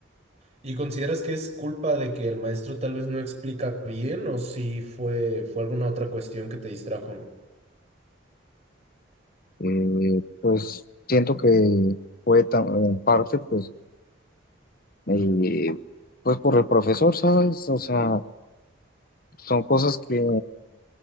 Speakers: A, on the right; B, on the left.
A: ¿Y consideras que es culpa de que el maestro tal vez no explica bien o si fue, fue alguna otra cuestión que te distrajo?
B: Eh, pues siento que fue tan- en parte pues, eh, pues por el profesor, ¿sabes? O sea, son cosas que...